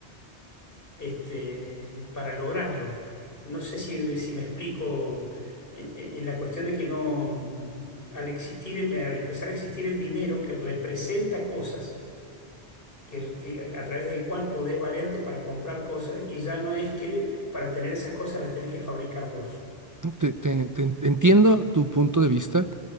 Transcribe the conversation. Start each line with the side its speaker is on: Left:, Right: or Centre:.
Left: este, para lograrlo. No sé si, si me explico en, en la cuestión de que no, mm, al existir, em, al empezar a existir el dinero que representa cosas, que, que a a través del cual podés valerte para comprar cosas y ya no es que para tener esas cosas las tenés que fabricar vos.
Right: Te- te- te en- entiendo tu punto de vista,